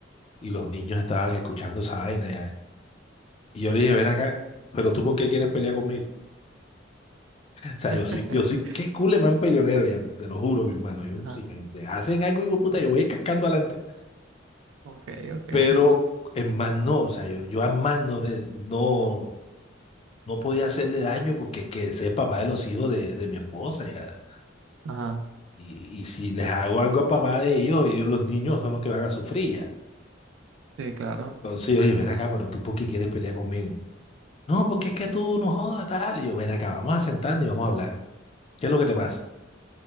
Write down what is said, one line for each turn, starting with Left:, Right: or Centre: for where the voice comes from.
Left: y los niños estaban escuchando esa vaina ya. Y yo le dije, ven acá, pero tú por qué quieres pelear conmigo? O sea,
Right: <laughs>
Left: yo soy, yo soy, qué culemán peleonero, ya, te lo juro, mi hermano. Yo,
Right: Ajá.
Left: si me, me hacen algo, hijo de puta, yo voy cascando adelante.
Right: Ok, ok.
Left: Pero en más no, o sea, yo, yo a más no le, no, no podía hacerle daño porque que ese es papá de los hijos de, de mi esposa, ya.
Right: Ajá.
Left: Y, y si les hago algo a papá de ellos, ellos, los niños son los que van a sufrir, ya.
Right: Sí, claro.
Left: Entonces oye ven acá, pero tú, ¿por qué quieres pelear conmigo? No, porque es que tú no jodas, tal. Y yo, ven acá, vamos a sentarnos y vamos a hablar. ¿Qué es lo que te pasa?